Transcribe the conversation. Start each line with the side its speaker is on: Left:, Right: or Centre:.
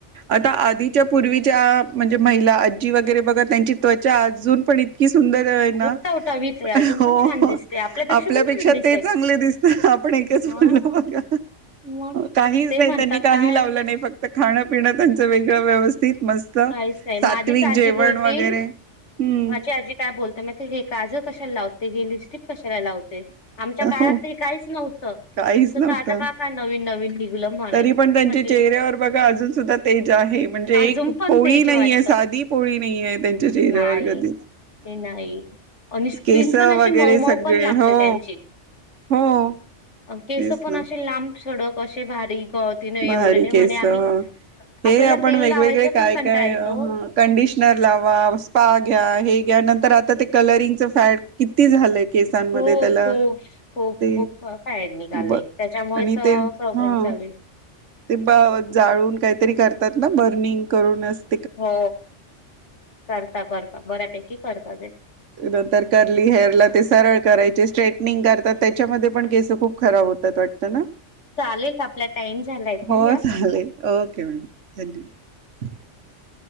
Right: आता आधीच्या पूर्वीच्या म्हणजे महिला आजी वगैरे बघा त्यांची त्वचा अजून पण इतकी सुंदर आहे ना.
Left: खूप टवटवीत आहे अजून
Right: हो.
Left: पण छान दिसते
Right: आपल्यापेक्षा
Left: पण छान दिसते.
Right: ते चांगले दिसता. आपण एकच
Left: हां,
Right: बोललो बघा.
Left: मग
Right: काहीच
Left: ते
Right: नाही
Left: म्हणतात
Right: त्यांनी काही
Left: काय
Right: लावलं नाही फक्त खाणं पिणं त्यांचं वेगळं व्यवस्थित मस्त
Left: काहीच नाही
Right: सात्विक
Left: माझीच आजी
Right: जेवण
Left: बोलती
Right: वगैरे. हम्म
Left: माझी आजी काय बोलते माहिती आहे का मी ते काजळ कशाला लावते. हे लिपस्टिक कशाला लावते. आमच्या काळात
Right: हो
Left: त काहीच नव्हत.
Right: काहीच
Left: तुमच आता
Right: नव्हतं
Left: का का नवीन नवीन निघलं म्हणे
Right: तरी पण त्यांच्या
Left: म्हटले
Right: चेहऱ्यावर बघा अजून सुद्धा तेज आहे. म्हणजे
Left: अजून
Right: एक
Left: पण
Right: पोळी
Left: तेच वाटतं
Right: नाही आहे साधी पोळी नाही आहे त्यांच्या चेहऱ्यावर
Left: नाही
Right: कधीच
Left: ते नाही आणि स्कीन
Right: केस वगैरे
Left: पण अशी मऊ मऊ
Right: सगळे
Left: पण लागते
Right: हो
Left: त्यांची.
Right: हो
Left: केस
Right: तेच
Left: पण
Right: ना
Left: असे लांबसडक. असे भारी‌. हो तिने
Right: भारी
Left: एवढं नाही
Right: केस
Left: म्हणे आम्ही आपल्याला
Right: हे आपण
Left: तेल
Right: वेगवेगळे
Left: लावायचा
Right: काय
Left: पण कंटाळा
Right: काय
Left: येतो
Right: कंडिशनर लावा. स्पा घ्या. हे घ्या. नंतर
Left: हा
Right: आता ते कलरिंग फॅड किती झालंय? केसांमध्ये
Left: खूप
Right: त्याला
Left: खूप खूप
Right: ते
Left: खूप फँड निघालयं,
Right: ब
Left: त्याच्यामुळे
Right: आणि
Left: तर
Right: ते
Left: प्रॉब्लेम
Right: हा
Left: चालू आहे. <inaudible>
Right: ते ब जाळून काहीतरी करतात ना बर्निंग करून असं
Left: हो, करता करता बऱ्यापैकी करता ते.
Right: नंतर कर्ली हेअरला ते सरळ करायचे स्ट्रेटनिंग करतात, त्याच्या मध्ये पण केस खूप खराब होतात. वाटतं ना
Left: चालेल आपला टाइम झालाय ठेवूया?
Right: हो चालेल, ओके मॅडम धन्यवाद! <inaudible>